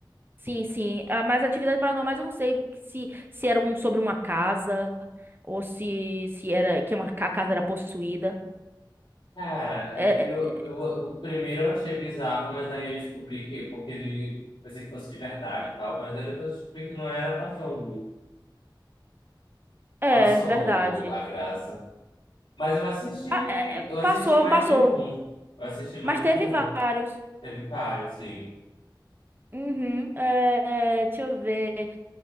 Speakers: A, on the right; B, on the left.
A: Sim, sim. Ah, mas atividades paranormais eu não sei se, se era um sobre uma casa ou se, se era que uma, ca- a casa era possuída.
B: Cara, é,
A: É,
B: eu, eu, o primeiro eu achei bizarro, mas aí eu descobri que, porque ele pensei que fosse de verdade e tal, mas aí depois eu descobri que não era, passou,
A: é,
B: passou
A: é é verdade.
B: a graça. Mas eu assisti,
A: Ah, é, é,
B: eu assisti
A: passou,
B: mais
A: passou.
B: de um. Eu assisti mais
A: Mas teve
B: de um.
A: vários.
B: Teve vários, sim.
A: Uhum, é, é, deixa eu ver.